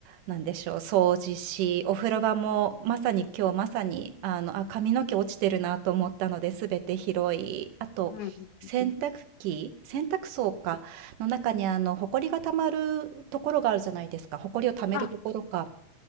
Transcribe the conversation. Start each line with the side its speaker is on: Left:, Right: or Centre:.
Right: う、なんでしょう、掃除し、お風呂場も、まさに今日まさに、あの、あ、髪の毛落ちてるなと思ったので、すべて拾い、あと、
Left: うん。
Right: 洗濯機、洗濯槽か、の中にあの、埃が溜まるところがあるじゃないですか、埃を溜めるところか。
Left: あ、